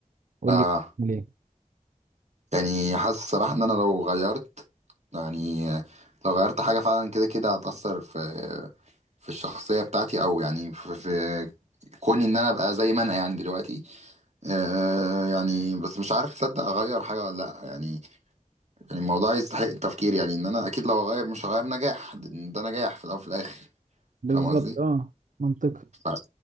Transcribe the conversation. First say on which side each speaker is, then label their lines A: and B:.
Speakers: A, on the right; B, on the right.
A: قول
B: اه
A: لي بتعمل ايه
B: يعني حاسس الصراحه ان انا لو غيرت يعني لو غيرت حاجه فعلا كده كده هتاثر في في الشخصيه بتاعتي او يعني في, في كوني ان انا ابقى زي ما انا يعني دلوقتي آه يعني بس مش عارف تصدق اغير حاجه ولا لا يعني يعني الموضوع يستحق التفكير يعني ان انا اكيد لو هغير مش هغير نجاح لأن ده نجاح في الاول وفي الاخر
A: بالظبط
B: فاهم قصدي
A: اه منطقي
B: ف-